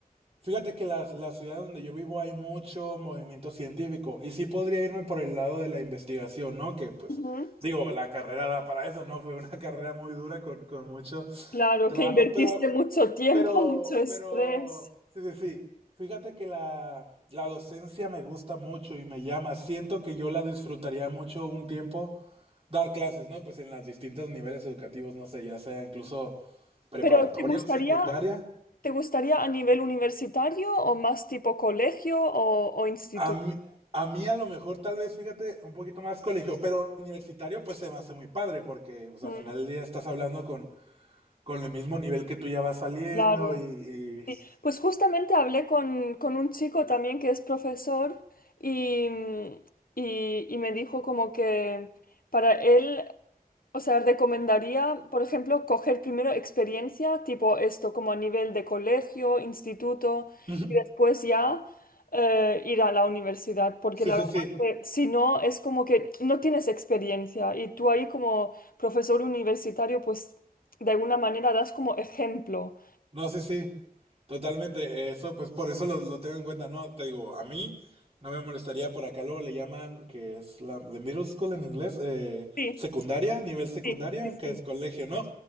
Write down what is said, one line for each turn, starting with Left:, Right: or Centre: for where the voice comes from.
Right: fíjate que la, la ciudad donde yo vivo hay mucho movimiento científico y sí podría irme por el lado de la investigación, ¿no? Que pues,
Left: claro. Ujú.
Right: digo, la carrera da para eso, ¿no? Fue una <laughs> carrera muy dura con, con mucho
Left: Claro,
Right: trabajo,
Left: que invertiste
Right: pero
Left: mucho tiempo,
Right: pero,
Left: <laughs> mucho estrés.
Right: pero, sí, sí, sí. Fíjate que la, la docencia me gusta mucho y me llama. Siento que yo la disfrutaría mucho un tiempo dar clases, ¿no? Pues en los distintos niveles educativos, no sé, ya sea incluso preparatoria
Left: Pero ¿te gustaría,
Right: o secundaria.
Left: te gustaría a nivel universitario o más tipo colegio o, o instituto?
Right: A mí, a mí a lo mejor tal vez, fíjate, un poquito más colegio, pero universitario pues se me hace muy padre porque pues
Left: Mm,
Right: al final del día estás hablando con, con el mismo nivel que tú ya vas saliendo
Left: claro.
Right: y...
Left: Sí,
Right: y-
Left: Pues justamente hablé con, con un chico también que es profesor y, mm, y- y me dijo como que para él, o sea, recomendaría, por ejemplo, coger primero experiencia, tipo esto, como a nivel de colegio, instituto,
Right: Ujú.
Left: y después ya eh, ir a la universidad, porque
Right: Sí,
Left: la
Right: sí,
Left: verdad
Right: sí.
Left: que si no, es como que no tienes experiencia y tú ahí como profesor universitario, pues de alguna manera das como ejemplo.
Right: No, sí, sí, totalmente. Eso, pues por eso lo, lo tengo en cuenta, ¿no? Te digo, a mí no me molestaría por acá, luego le llaman, que es la, la middle school en inglés, eh,
Left: Sí,
Right: secundaria, nivel secundaria,
Left: sí, sí,
Right: que
Left: sí.
Right: es colegio, ¿no?